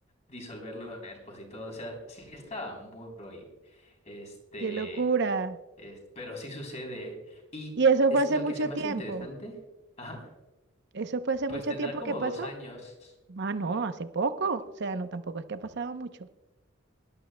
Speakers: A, on the left; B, on the right.
A: disolverlo en cuerpos y todo. O sea, sí estaba muy duro y este,
B: ¡Qué locura!
A: es- pero sí sucede. Y
B: ¿Y eso
A: es
B: fue hace
A: lo
B: mucho
A: que se me
B: tiempo?
A: hace interesante, ajá,
B: ¿Eso fue hace
A: pues
B: mucho
A: tendrá
B: tiempo
A: como
B: que pasó?
A: dos años.
B: Ah, no, hace poco. O sea, no, tampoco es que ha pasado mucho.